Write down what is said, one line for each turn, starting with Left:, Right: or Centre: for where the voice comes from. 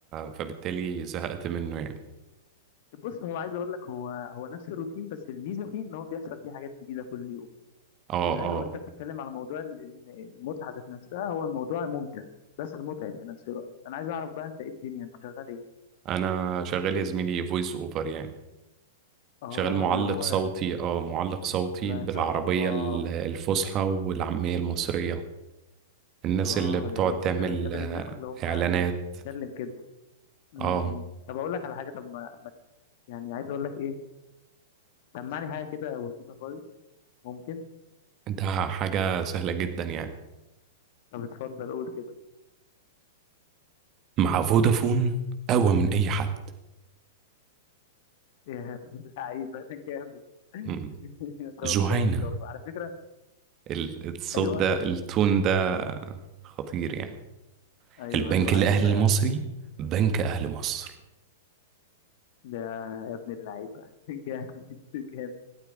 Right: فبالتالي زهقت منه يعني
Left: بص هو عايز اقول لك هو هو نفس الروتين بس الميزة فيه ان هو بيحصل فيه حاجات جديدة كل يوم
Right: اه
Left: إلا
Right: اه
Left: لو انت بتتكلم على موضوع ال- ال- المتعة ذات نفسها هو الموضوع ممتع بس متعب في نفس الوقت انا عايز اعرف بقى انت ايه الدنيا انت شغال ايه
Right: انا شغال يا زميلي فويس اوفر يعني
Left: اه
Right: شغال معلق
Left: اللي هو
Right: صوتي اه معلق صوتي
Left: ما
Right: بالعربية
Left: شاء الله
Right: ال- الفصحى والعامية المصرية الناس
Left: اه
Right: اللي بتقعد
Left: يعني
Right: تعمل
Left: انت شبه الناس اللي هم
Right: اعلانات
Left: بتتكلم كده م-
Right: اه
Left: م. طب اقول لك على حاجة طب ما ما- يعني عايز اقول لك ايه سمعني حاجة كده بسيطة خالص ممكن
Right: ده حاجة سهلة جدا يعني
Left: طب اتفضل قول كده
Right: مع فودافون اقوى من اي حد
Left: يا لعيبة <laughs> جامد
Right: م.
Left: <laughs> ما شاء
Right: جهينة
Left: الله ما شاء الله على فكرة
Right: ال- الصوت
Left: ايوه
Right: ده التون ده خطير يعني
Left: ايوه
Right: البنك
Left: ايوه على
Right: الاهلي
Left: فكرة
Right: المصري بنك اهل مصر
Left: ده يا ابن اللعيبة <laughs> جامد جامد